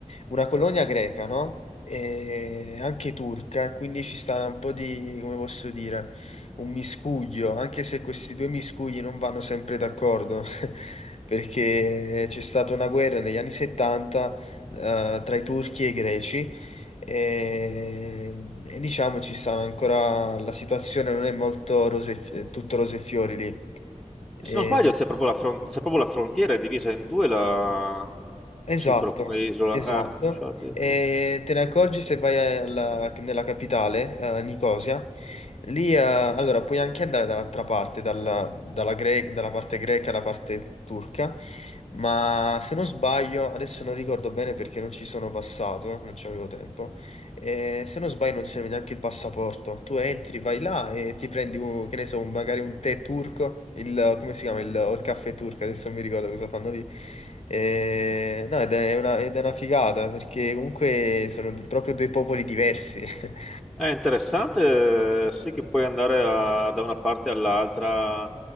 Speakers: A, on the left (about 55°); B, in the centre.
A: una colonia greca, no? E anche turca, e quindi ci sta un po' di, come posso dire, un miscuglio, anche se questi due miscugli non vanno sempre d'accordo, <laughs> perché c'è stata una guerra negli anni 70, eh, tra i turchi e i greci, e, e diciamo ci stanno ancora, la situazione non è molto rose, eh, tutto rose e fiori lì. E-
B: Se non sbaglio c'è proprio la, fron- c'è proprio la frontiera, è divisa in due la
A: Esatto,
B: Cipro come isola.
A: esatto.
B: Eh, infatti, ok.
A: E te ne accorgi se vai alla- nella capitale, eh, Nicosia. Lì, eh, allora, puoi anche andare dall'altra parte, dalla, dalla gre- dalla parte greca alla parte turca, ma se non sbaglio, adesso non ricordo bene perché non ci sono passato, non ci avevo tempo, eh, se non sbaglio non serve neanche il passaporto. Tu entri, vai là e ti prendi, un, che ne so, un- magari un tè turco, il, come si chiama, il, o il caffè turco, adesso non mi ricordo cosa fanno lì. Eh, no, ed è una, ed è una figata perché comunque sono d- proprio due popoli diversi. <laughs>
B: È interessante, eh, sì, che puoi andare a- da una parte all'altra,